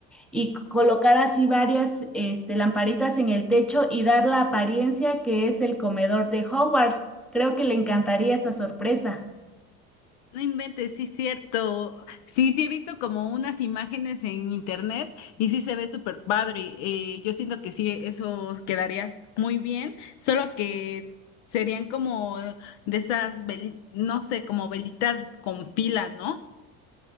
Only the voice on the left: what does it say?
No inventes, sí es cierto. Sí, sí he visto como unas imágenes en internet y sí se ve súper padre. Eh, yo siento que sí, eso quedaría muy bien, solo que serían como de esas, veli- no sé, como velitas con pila, ¿no?